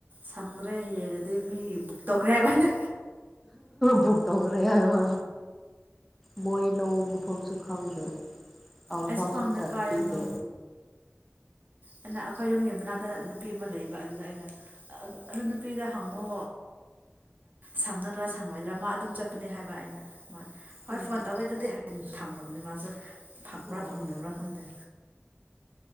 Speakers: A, on the right (about 40°); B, in the centre.
A: ꯁꯪꯗ꯭ꯔꯦ ꯍꯡꯉꯗꯤ ꯃꯤ ꯕꯨꯛ ꯇꯧꯈ꯭ꯔꯦ ꯍꯥꯏꯕ ꯍꯥꯏꯅ
B: ꯐꯨ ꯇꯧꯒꯔ ꯃꯣꯏ ꯂ ꯐꯝꯐꯝꯁꯨ ꯈꯪꯗꯦ ꯑꯝꯐꯥꯎꯁꯨ
A: ꯑꯩꯁꯨ ꯀꯥꯟꯗ
B: ꯆꯠꯄꯤꯗꯦ
A: ꯀꯥꯏꯗꯅꯣ ꯑꯩꯅ ꯑꯩꯈꯣꯏ ꯌꯨꯝꯒꯤ ꯃꯅꯥꯛꯇ ꯅꯨꯄꯤ ꯑꯃ ꯂꯩꯕ ꯑꯗꯨꯗ ꯑꯩꯅ ꯑꯗꯨ ꯅꯨꯄꯤꯗ ꯍꯪꯉꯣ ꯁꯪꯒꯗ꯭ꯔꯥ ꯁꯪꯉꯣꯏꯗ꯭ꯔꯥ ꯃꯥ ꯑꯗꯨꯝ ꯆꯠꯄꯅꯤ ꯍꯥꯏꯕ ꯑꯩꯅ ꯃꯥ ꯃꯥꯅꯤ ꯍꯣꯏ
B: ꯎꯝ
A: ꯐꯣꯟ ꯇꯧꯋꯦ ꯑꯗꯨꯗꯤ ꯍ ꯊꯝꯈ꯭ꯔꯕꯅꯤ ꯃꯥꯁꯨ ꯊꯝ ꯕ꯭ꯔꯥ
B: ꯑꯣ
A: ꯐꯪꯗꯕ꯭ꯔꯥ ꯈꯪꯗꯦ